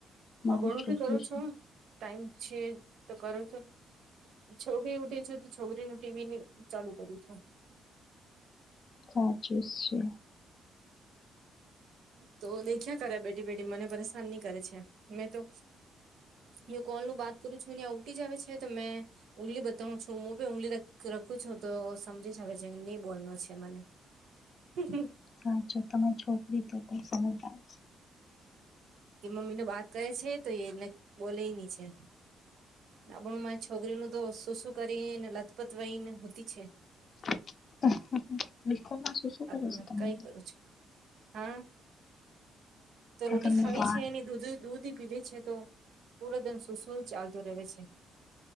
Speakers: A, on the left; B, on the right.
A: મારું
B: અ બણું
A: છોકરું
B: ભી કરો
A: છે.
B: છો ટાઈમ છે તો કરો છો. છોકરી ઉઠી છે તો છોકરીને ટીવી ચાલુ કરું છુ.
A: સાચું જ છે.
B: તો દેખ્યા કરે બેઠી બેઠી મને પરેશાન નહી કરે છે મેં તો ય કોલ નું બાત કરું છું ને ઉઠી જ આવે છે તો મેં ઊગલી બતાવું છું મુંપે ઊગલી રખું છું તો સમજી જાવે છે નહી બોલનો છે મને. <inaudible>
A: સાચો તમારે છોકરી તો પણ સમજદાર છે.
B: કે મમ્મી ન બાત કરે છે તો એને બોલે ની છે. નાબણુંમાં છોકરીનું તો શું શું કરીને લથપત વય ને સૂતી છે.
A: <inaudible>
B: આપડે
A: છે તમારે
B: કઈ કરું છું હા. તો રોટી
A: તમે
B: ખાવી
A: બાર
B: છે ની દૂધ દૂધી પીવે છે તો પૂરા દિન સુુંસું ચાલતું રહે છે.